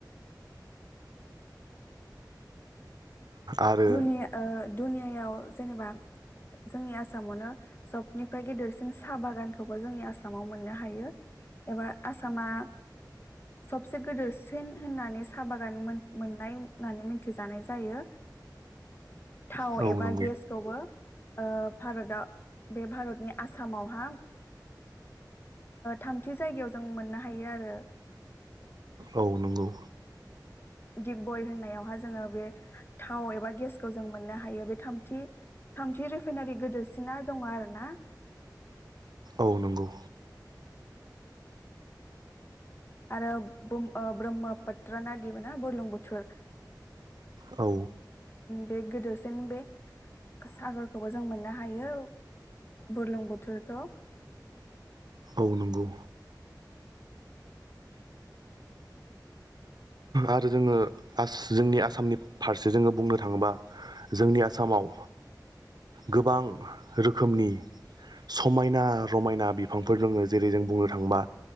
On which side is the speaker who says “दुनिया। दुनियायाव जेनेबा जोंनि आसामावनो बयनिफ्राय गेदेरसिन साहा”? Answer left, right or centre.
Left